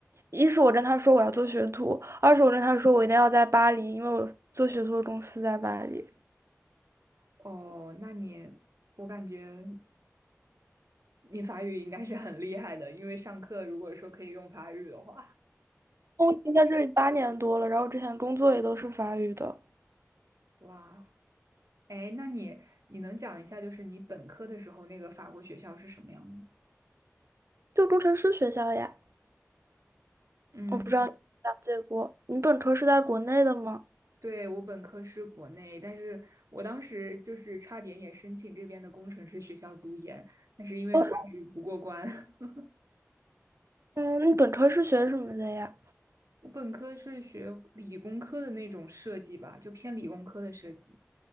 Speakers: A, on the right (about 60°); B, on the right (about 80°).
A: 一是我跟他说我要做学徒，二是我跟他说我一定要在巴黎，因为我做学徒的公司在巴黎。
B: 哦，那你我感觉你法语应该是很厉害的，因为上课如果说可以用法语的话，
A: 我已经在这里八年多了，然后之前工作也都是法语的，
B: 哇，哎，那你你能讲一下，就是你本科的时候那个法国学校是什么样的吗？
A: 就工程师学校呀。
B: 嗯，
A: 我不知道你了解过，你本科是在国内的吗？
B: 对，我本科是国内，但是我当时就是差点也申请这边的工程师学校读研，但是因为法语不过关。
A: 哦
B: <laughs>
A: 嗯，你本科是学什么的呀？
B: 我本科是学理工科的那种设计吧，就偏理工科的设计，